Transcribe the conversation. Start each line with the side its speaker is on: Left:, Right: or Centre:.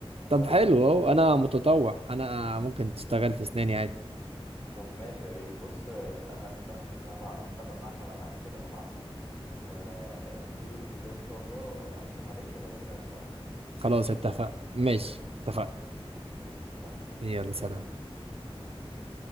Right: طب
Left: ف
Right: حلو اهو انا متطوع انا ممكن تشتغل في اسناني عادي
Left: طب ماشي يا ريت بص آه، هنت... هت... هبع- هتفق معاك على ميعاد كده هبعت لك وتيجي لي الكلية إن شاء الله أكشف عليك ولو كده هشتغل
Right: خلاص
Left: ماشي
Right: اتفق ماشي اتفقنا
Left: خلاص ماشي اتفقنا
Right: يلا سلام
Left: يلا، سلام.